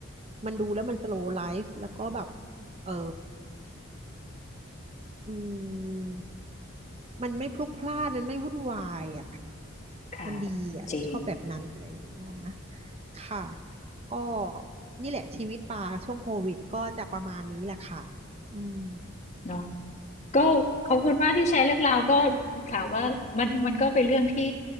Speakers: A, on the right; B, on the left.
A: มันดูแล้วมันสโลว์ไลฟ์แล้วก็แบบเอออืมมันไม่พลุกพล่านมันไม่วุ่นวายอ่ะ
B: ค่ะ
A: มันดีอ่ะเราชอบแบบนั้นอะไรอย่างเงี้ยนะ
B: จริง
A: ค่ะก็นี่แหละชีวิตปลาช่วงโควิดก็จะประมาณนี้แหละค่ะอืม
B: เนาะก็ขอบคุณมากที่แชร์เรื่องราวก็ถามว่ามันมันก็เป็นเรื่องที่